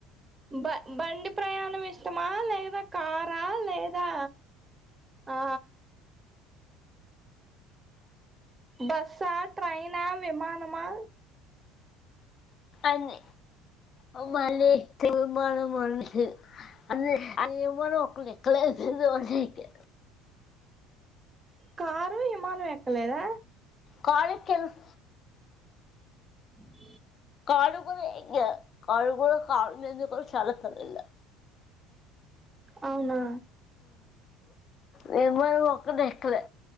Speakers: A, on the right; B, on the left.
A: బ బండి ప్రయాణం ఇష్టమా లేదా కారా లేదా ఆ బస్సా ట్రెైనా విమానమా
B: అన్ని మలి తెమరం వంశీ అది ఎవరో ఒకరు చెప్ తిక్కలేసింది వంశీ కీ
A: కారు విమానం ఎక్కలేదా
B: కాలికెన్స్
A: అ
B: కారు కుడా ఎక్కా కారు మీద కుడా చాలా సార్లు వెళ్ళా
A: అవునా
B: నంబరు ఒక్కటి ఎక్కలే